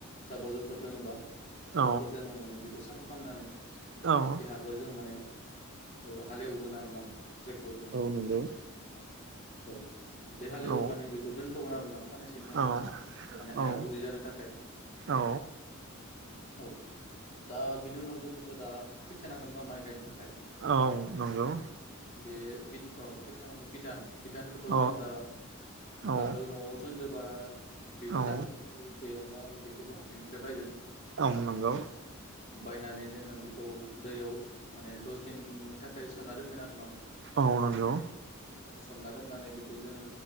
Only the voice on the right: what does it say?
औ
औ
औ नंगौ
औ
औ
औ
औ
औ नंगौ
अ
औ
औ
आं नंगौ
औ नंगौ